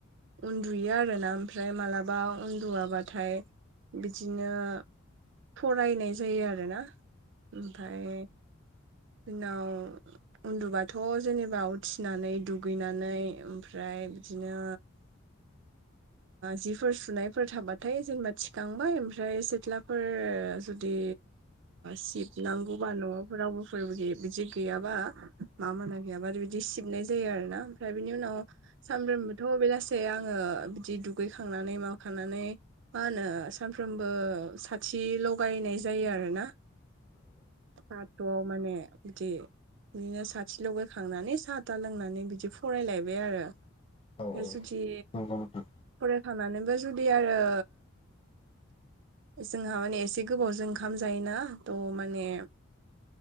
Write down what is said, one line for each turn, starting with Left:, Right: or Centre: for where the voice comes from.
Right: उन्दुयो आरोना ओमफ्राय मालाबा उन्दुवाबाथाय बिदिनो फरायनाय जायो आरोना ओमफाय उनाव उन्दुबाथ' जेनेबा उथिनानै दुगैनानै ओमफ्राय बिदिनो जिफोर सुनायफोर थाबाथाय जेनेबा थिखांबाय ओमफ्राय सेथ्लाफोर जुदि सिब नांगौबा न'फोराव <unintelligible> बिदि गैयाबा मा मोना गैयाबा आरो बिदि सिबनाय जायो आरो ना ओमफ्राय बिनि उनाव सानफ्रोमबोथ' बेलासे आङो बिदि दुगैखांनानै माबाखांनानै मा होनो सानफ्रोमबो साथि लगायनाय जायो आरोना बाथौवाव माने बिदि बिदिनो साथि लगाखांनानै साहाथा लोंनानै बिदि फरायलायबाय आरो
Left: औ औ
Right: जुदि
Left: नंगौ नोंथां
Right: फरायखानानैबो जुदि आरो जोंहा माने एसे गोबावजों ओंखाम जायोना थ' माने